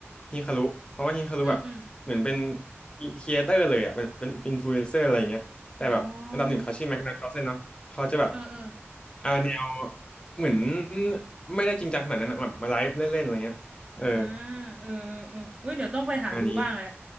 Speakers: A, on the left; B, on the right.
A: ฮิคารุเพราะว่าฮิคารุแบบเหมือนเป็น
B: อืมอืม
A: ครีเอเตอร์เลยอ่ะเป็นเป็นอินฟลูเอนเซอร์อะไรเงี้ยแต่แบบอันดับหนึ่งเขาชื่อแม็กนัทคาร์ลเซนเนาะเขาจะแบบ
B: อ๋อเออเออ
A: อ่าแนวเหมือนไม่ได้จริงจังขนาดนั้นอะแบบมาไลฟ์เล่นๆอะไรเงี้ยเออ
B: อ่าเออเออเออเว้ยเดี๋ยวต้องไปหาดูบ้างแหละ
A: วันนี้